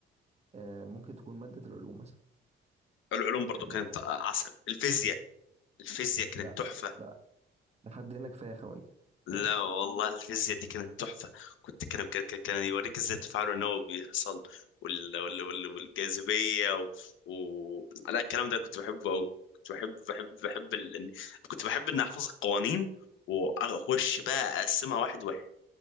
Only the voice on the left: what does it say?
العلوم برضو
كانت عسل الفيزياء الفيزياء كانت
تحفة
لا والله الفيزياء دي كانت تحفة كنت كان كان كان كان يوريك ازاي التفاعل النووي بيحصل وال وال وال والجاذبية و... و... لا الكلام ده كنت بحبه أوي كنت بحب بحب بحب ال... كنت بحب إني أحفظ القوانين وأخش بقى أقسمها واحد واحد